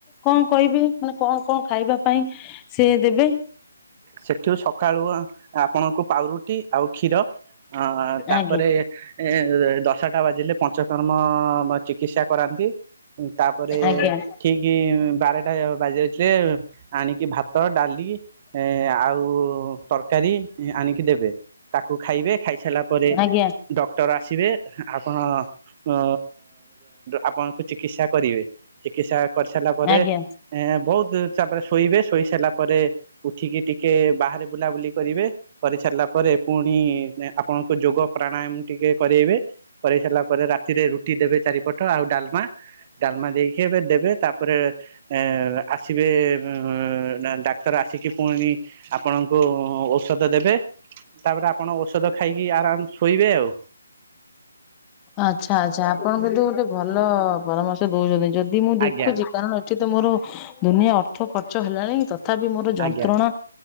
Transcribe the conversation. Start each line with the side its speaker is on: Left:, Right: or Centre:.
Left: କଁ କହିବେ ମାନେ କଁ କଁ ଖାଇବା ପାଇଁ ସେ ଦେବେ।
Right: ସେଠୁ ସକାଳୁ ଆପଣଙ୍କୁ ପାଉଁରୁଟି ଆଉ କ୍ଷୀର ହଁ ତାପରେ
Left: ଆଜ୍ଞା
Right: ଏ ଦଶଟା ବାଜିଲେ ପଞ୍ଚକର୍ମ ଚିକିତ୍ସା କରାନ୍ତି। ତାପରେ
Left: ଆଜ୍ଞା
Right: ଠିକ୍ ବାରଟା ବାଜି ଯାଇଥିଲେ ଆଣିକି ଭାତ ଡାଲି ଏ ଆଉ ତରକାରୀ ଆଣିକି ଦେବେ। ତାକୁ ଖାଇବେ ଖାଇସାରିଲା ପରେ
Left: ଆଜ୍ଞା
Right: ଡ଼କ୍ଟର ଆସିବେ ଆପଣ ଅ ଆପଣଙ୍କୁ ଚିକିତ୍ସା କରିବେ ଚିକିତ୍ସା କରିସାରିଲା ପରେ
Left: ଆଜ୍ଞା
Right: ଏଁ ବହୁତ୍ ତାପରେ ଶୋଇବେ ଶୋଇ ସାରିଲା ପରେ ଉଠିକି ଟିକେ ବାହାରେ ବୁଲାବୁଲି କରିବେ କରିସାରିଲା ପରେ ପୁଣି ଆପଣଙ୍କୁ ଯୋଗ ପ୍ରାଣାୟାମ ଟିକେ କରାଇବେ କରିଇ ସାରିଲା ପରେ ରା ରାତି ରେ ରୁଟି ଦେବେ ଚାରିପଟ ଆଉ ଡ଼ାଲମା ଡ଼ାଲମା ଦେଇକି ଏବେ ଦେବେ ତାପରେ ଏ ଆସିବେ ଉଁ ଡ଼ାକ୍ତର ଆସିକି ପୁଣି ଆପଣଙ୍କୁ ଔଷଧ ଦେବେ। ତାପରେ ଆପଣ ଔଷଧ ଖାଇକି ଆରାମ ଶୋଇବେ ଆଉ।
Left: ଆଚ୍ଛା ଆଚ୍ଛା ଆପଣ କିନ୍ତୁ ଗୋଟେ ଭଲ ପରାମର୍ଶ ଦଉଛନ୍ତି ଯଦି ମୁଁ ଦେଖୁଛି
Right: ଆଜ୍ଞା
Left: କାରଣ ଏଠି ତ ମୋର ଦୁନିଆ ଅର୍ଥ ଖର୍ଚ୍ଚ ହେଲାଣି ତଥାପି ମୋର ଯନ୍ତ୍ରଣ
Right: ଆଜ୍ଞା